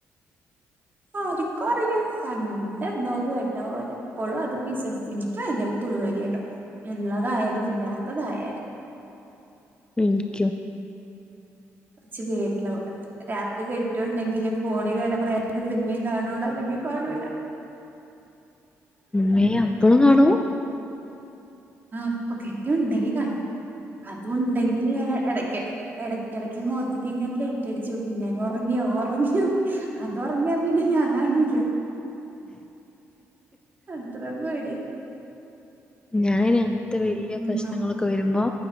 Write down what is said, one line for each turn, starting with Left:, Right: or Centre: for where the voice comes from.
Right: ആ ആരിക്കും അറിയാം പണ്ട് എന്തക്ക കേട്ട പോലെ എപ്പോഴും അതും വിശ്വസിക്കും ഭയങ്കര പരി കേട്ടോ ഉള്ളതായാലും ഇല്ലാത്തതായാലും
Left: മനിക്കൂ
Right: കുറച്ച പേരിള്ള കൂട്ടത്തിൽ രാത്രി കെട്ടിയോണ്ടെങ്കിലും ഫോണിൽ വില പറയാ അത് സിനിമയും കാണുള്ളൂ അല്ലെങ്കിൽ കാണൂല
Left: മ്മെ അപ്പളും കാണൂ
Right: ആ അപ്പൊ കെട്ടി ഉണ്ടെങ്കി കാണും അത ഉണ്ടെങ്കിൽ ഞാൻ ഇടക്ക്ട ഇിടയ്ക്ക് മഖത്തക്ക് ഇങ്ങനെ ലേറ്റ്ടിച്ച് നോക്കും ഇങ്ങനൻ ഉറങ്ങിയോ ഉറങ്ങിയോ അതറങ്ങിയാ പിന്നെ അങ്ങണല്ല അത്രപേടി
Left: ഞാന അങ്ങനത്തെ വലിയ
Right: ഉം
Left: പ്രശ്നങ്ങളൊക്കെ വരുമ്പോ